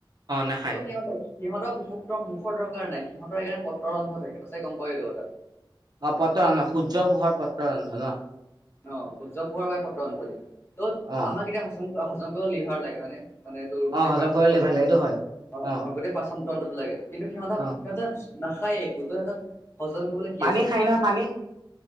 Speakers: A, on the right; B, on the left.
A: নাখায়।
B: ত সিহতে সিহঁতক মুখৰ মুখৰ দৰকাৰ নাই, সিহঁতৰ এইকাৰণে পত্ৰ ৰন্ধ থাকে ত ছাগৈ গম পাৱয় এইটো কথা।
A: অ পত্ৰৰন্ধ, সূৰ্য পোহৰ পত্ৰৰন্ধ ন।
B: অ সূৰ্য পোহাৰ বাবে পত্ৰ অন্ধ দি ত
A: অ',
B: আমাক এতিয়া হজম হজম কৰিব লিভাৰ লাগে হয়নে মানে এইটোৰ গোটেই
A: অ', হজম
B: পাকস্থলী
A: কৰি ভাল লাগে এইটো হয়।
B: অ'-অ'
A: অ',
B: গোটেই পাচন দণ্ডটো লাগে কিন্তু সিহঁতক
A: অ',
B: সিহঁত নাখায় একো সিহঁতক সজল কৰিবলৈ কি
A: পানী
B: আছেনো।
A: খাই নহয় পানী